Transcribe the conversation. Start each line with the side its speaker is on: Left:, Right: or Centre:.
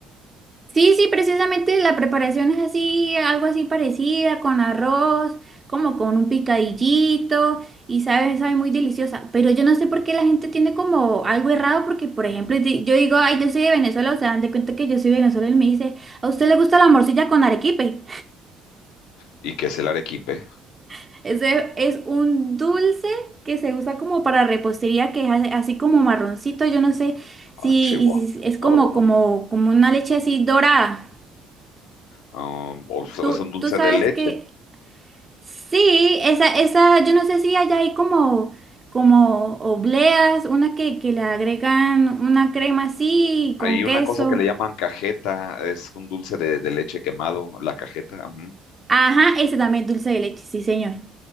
Right: Sí, sí, precisamente la preparación es así, algo así parecida, con arroz, como con un picadillito y sabe, sabe muy deliciosa. Pero yo no sé por qué la gente tiene como algo errado, porque por ejemplo, di- yo digo, ay, yo soy de Venezuela, o sea, dan de cuenta que yo soy venezolana y me dice, ¿a usted le gusta la morcilla con arequipe?
Left: ¿Y que es el arequipe?
Right: <laughs> Ese es un dulce que se usa como para repostería, que es a- así como marroncito, yo no sé si
Left: Ah, Chihuahua,
Right: y si es como,
Left: no lo conozco.
Right: como, como una leche así dorada.
Left: Ah, o sea,
Right: ¿Tú,
Left: es un dulce
Right: tú sabes
Left: de leche.
Right: que Sí, esa, esa, yo no sé si allá hay como, como obleas, una que, que le agregan una crema así
Left: Hay
Right: con queso.
Left: una cosa que le llaman cajeta, es un dulce de, de leche quemado, la cajeta. ujú.
Right: Ajá, ese también es dulce de leche, sí, señor.